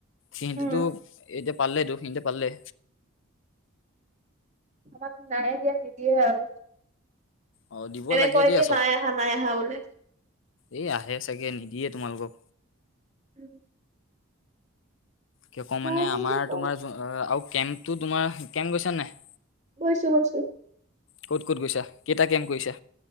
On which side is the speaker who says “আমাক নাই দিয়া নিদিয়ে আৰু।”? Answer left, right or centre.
Right